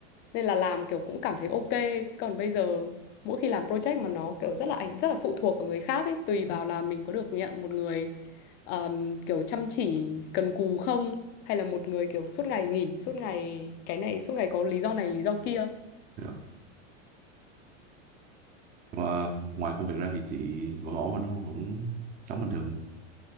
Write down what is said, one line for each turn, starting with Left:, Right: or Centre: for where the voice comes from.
Left: nên là làm kiểu cũng cảm thấy ok. Chứ Còn bây giờ mỗi khi làm project mà nó kiểu rất là ảnh rất là phụ thuộc vào người khác ấy, tùy vào là mình có được nhận một người ờm, kiểu chăm chỉ cần cù không hay là một người kiểu suốt ngày nghỉ, suốt ngày cái này, suốt ngày có lý do này lý do kia.
Right: Rồi. Mà ngoài công việc ra thì chị vẫn ổn mà đúng không vẫn sống bình thường